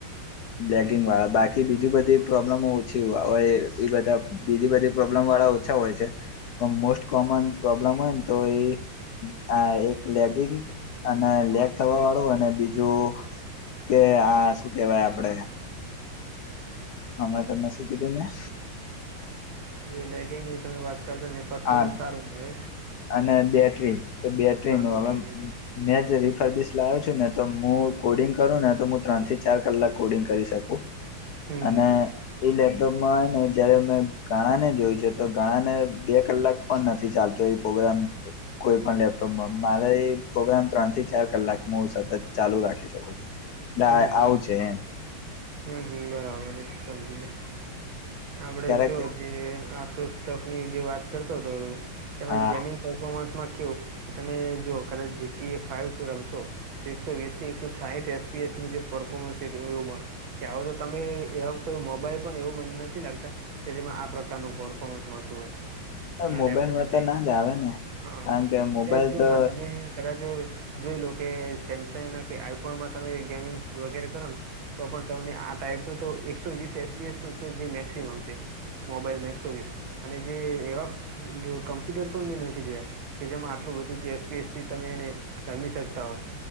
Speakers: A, on the left; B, on the right.
A: બ્ગિંગ
B: હમ
A: વાળા બાકી બીજું બધી પ્રોબ્લેમો ઓછી હોય એ બધા બીજી બધી પ્રોબ્લેમ વાળા ઓછા હોય છે. મોસ્ટ કોમન પ્રોબ્લેમ હોય ને તો એ આ એક લેગિંગ અને લેગ થવા વાળું અને બીજું કે આ શું કેવાય આપડે હમણાં તમને શું કીધું મેં?
B: જે લેગિંગની તમે વાત કરતા એને પરફોર્મન્સ
A: આ
B: સારું મળે.
A: અને બેટરી તો બેટરી
B: હા
A: ન હવે
B: બેકઅપ
A: મેં જે રીફરબિસ લાવ્યો છું ને તો હું કોડિંગ કરું ને તો હું ત્રણ થી ચાર કલાક કોડિંગ કરી શકું.
B: હમ
A: અને
B: હમ
A: એ લેપ તો ને જયારે મેં ગાણા ને જોયું છે તો ગણા ને બે કલાક પણ નથી ચાલ એ પ્રોગ્રામ. કોઈ પણ લેપટોપમાં મારે પ્રોગ્રામ ત્રણ થી ચાર કલાક હું સતત ચાલુ રાખી શકું છું.
B: હમ હમ
A: આવું છે એમ.
B: હમ હમ બરાબર એ તો સમજી લે આપડે
A: ક્યારેક
B: જો હજી આસ ની જે વાત કરતો હતો તેમાં
A: હા
B: ગેમિંગ પરફોર્મન્સમાં કેવું કે તમે જો કદાચ જેીટીએ ફાઈવ રમશો તો એકસો વીસ થી એકસો સાહીઠ એફપીએસનું જે પરફોર્મન્સ છે એવું મળે કે આવો તો તમે એવા કોઈ મોબાઈલ પણ એવું મને નથી લાગતા કે જેમાં આ પ્રકારનું પરફોર્મન્સ મળતું હોય. અને
A: મોબાઈલમાં
B: લેપટોપ છે
A: તો ના જ આવે ને
B: હા
A: કારણ કે મોબાઈલ
B: અત્યારે જો
A: તો
B: ના તમે કદાચ જોઈ લો કે સેમસંગના કે આઈફોનમાં તમે ગેમિંગ વગેરે કરો ને તો પણ તને આ ટાઈપ એકસો જે મેક્સિમમ છે મોબાઈલ મે એકસો વીસ અને જે એવા કમ્પ્યુટર પણ મેં નથી જોયા કે જેમાં આટલું બધું જે એસપી એસથી તમે એને રમી શકતા હોય.